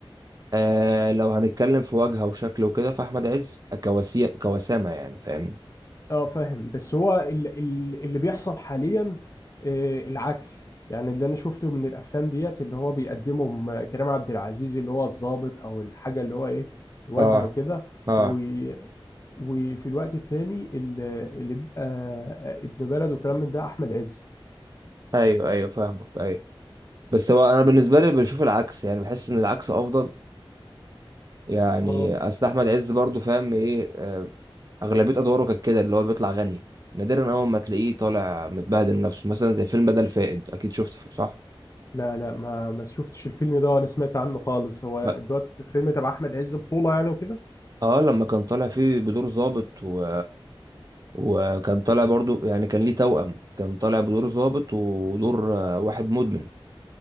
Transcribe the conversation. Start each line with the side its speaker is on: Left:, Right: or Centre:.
Right: آه لو هنتكلم في وجهه وشكل وكده فاحمد عز كواسي كوسامه يعني فاهمني
Left: اه فاهم بس هو ال- ال- اللي بيحصل حاليا آه، العكس يعني اللي انا شفته من الافلام ديت اللي هو بيقدمهم آه، كريم عبد العزيز اللي هو الضابط او الحاجه اللي هو ايه واجهه
Right: اه
Left: وكده
Right: اه
Left: و- وفي الوقت التاني ال- اللي بيبقى آه، ابن بلد وكلام من ده احمد عز
Right: ايوه ايوه فاهمك ايوه بس هو انا بالنسبه لي بشوف العكس يعني بحس ان العكس افضل يعني
Left: اه
Right: اصل احمد عز برضو فاهم ايه آه اغلبيه ادواره كانت كده اللي هو بيطلع غني نادرا اول ما تلاقيه طالع متبهدل نفسه مثلا زي فيلم بدل فائد اكيد شفته صح
Left: لا لا ما ما شفتش الفيلم ده ولا سمعت عنه خالص هو
Right: ب-
Left: دوت فيلم تبع احمد عز بطوله يعني وكده
Right: اه لما كان طالع فيه بدور ظابط و... وكان طالع برضو يعني كان ليه توأم كان طالع بدور ظابط ودور آه، واحد مدمن